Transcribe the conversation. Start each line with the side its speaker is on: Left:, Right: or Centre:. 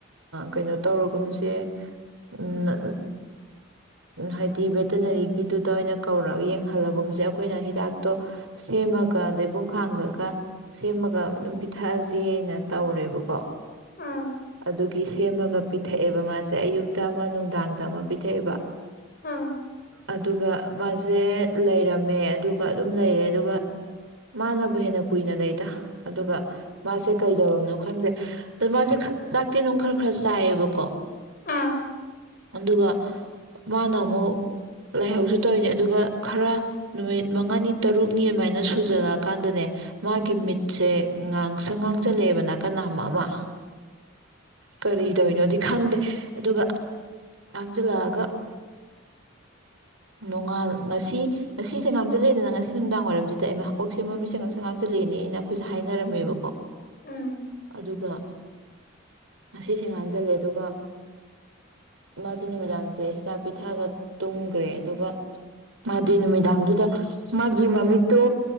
Right: ꯀꯩꯅꯣ ꯇꯧꯔꯒꯨꯝꯁꯦ ꯅ ꯍꯥꯏꯗꯤ ꯚꯦꯇꯤꯅꯔꯤꯒꯤꯗꯨꯗ ꯑꯣꯏꯅ ꯀꯧꯔꯒ ꯌꯦꯡꯍꯜꯂꯒꯨꯝꯁꯦ ꯑꯩꯈꯣꯏꯅ ꯍꯤꯗꯥꯛꯇꯣ ꯁꯦꯝꯃꯒ ꯂꯩꯩꯕꯨꯡ ꯈꯥꯡꯉꯒ ꯁꯦꯝꯃꯒ ꯑꯗꯨꯝ ꯄꯤꯊꯛꯑꯖꯦꯅ ꯇꯧꯔꯦꯕꯀꯣ
Left: ꯑꯥ
Right: ꯑꯗꯨꯒꯤ ꯁꯦꯝꯃꯒ ꯄꯤꯊꯛꯑꯦꯕ ꯃꯥꯁꯦ ꯑꯌꯨꯛꯇ ꯑꯃ ꯅꯨꯡꯗꯥꯡꯗ ꯑꯃ ꯄꯤꯊꯛꯑꯦꯕ
Left: ꯑꯥ
Right: ꯑꯗꯨꯒ ꯃꯥ ꯁꯦ ꯂꯩꯔꯝꯃꯦ ꯑꯗꯨꯒ ꯑꯗꯨꯝ ꯂꯩꯔꯦ ꯑꯗꯨꯒ ꯃꯥꯅꯕꯨ ꯍꯦꯟꯅ ꯀꯨꯏꯅ ꯂꯩꯗ ꯑꯗꯨꯒ ꯃꯥꯁꯦ ꯀꯩꯗꯧꯔꯕꯅꯣ ꯈꯪꯗꯦ ꯗ ꯃꯥꯁꯦ ꯆꯥꯛꯇꯤ ꯑꯗꯨꯝ ꯈꯔ ꯈꯔ ꯆꯥꯏꯌꯦꯕꯀꯣ
Left: ꯑꯥ
Right: ꯑꯗꯨꯒ ꯃꯥꯅ ꯑꯃꯨꯛ ꯂꯥꯏꯍꯧꯁꯨ ꯇꯧꯏꯅꯦ ꯑꯗꯨꯒ ꯈꯔ ꯅꯨꯃꯤꯠ ꯃꯉꯥꯅꯤ ꯇꯔꯨꯛꯅꯤ ꯑꯗꯨꯃꯥꯏꯅ ꯁꯨꯖꯜꯂꯛꯑꯀꯥꯟꯗꯅꯦ ꯃꯥꯒꯤ ꯃꯤꯠꯁꯦ
Left: ꯎꯝ
Right: ꯉꯥꯡ ꯁꯪ ꯉꯥꯡ ꯖꯜꯂꯦꯕ ꯅꯥꯀꯟ ꯅꯥꯝ ꯑꯃ ꯀꯔꯤ ꯗꫭꯏꯅꫭꯗꯤ ꯈꯪꯗꯦ ꯑꯗꯨꯒ ꯉꯥꯡꯖꯜꯂꯛꯑꯒ ꯅꯣꯡꯉꯥꯜ ꯉꯁꯤ ꯉꯁꯤꯁꯦ ꯉꯥꯡꯁꯤꯜꯂꯛꯑꯦꯗꯅ ꯉꯁꯤ ꯅꯨꯡꯗꯥꯡ ꯋꯥꯏꯔꯝꯁꯤꯗ ꯍꯩꯃꯥ ꯑꯣꯛꯁꯦ ꯃꯃꯤꯠꯁꯦ ꯉꯥꯡꯁꯪ ꯉꯥꯡꯁꯤꯜꯂꯛꯑꯦꯅꯦꯅ ꯑꯩꯈꯣꯏꯁꯦ ꯍꯥꯏꯅꯔꯝꯃꯦꯕꯀꯣ
Left: ꯎꯝ ꯎꯝ
Right: ꯑꯗꯨꯒ ꯉꯁꯤꯁꯦ ꯉꯥꯡꯁꯤꯜꯂꯦ ꯑꯗꯨꯒ ꯃꯥꯒꯤ ꯅꯨꯃꯤꯗꯥꯡꯁꯦ ꯍꯤꯗꯥꯛ ꯄꯤꯊꯛꯒ ꯇꯨꯝꯈ꯭ꯔꯦ ꯑꯗꯨꯒ ꯃꯥꯒꯤ ꯅꯨꯃꯤꯗꯥꯡꯗꯨꯗ ꯃꯥꯒꯤ ꯃꯃꯤꯠꯇꯣ